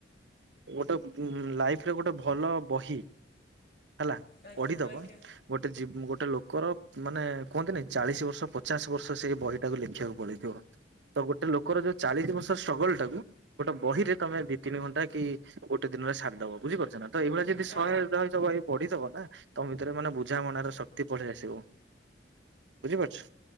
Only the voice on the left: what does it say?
ଆଜ୍ଞା
ଆଜ୍ଞା
ଆ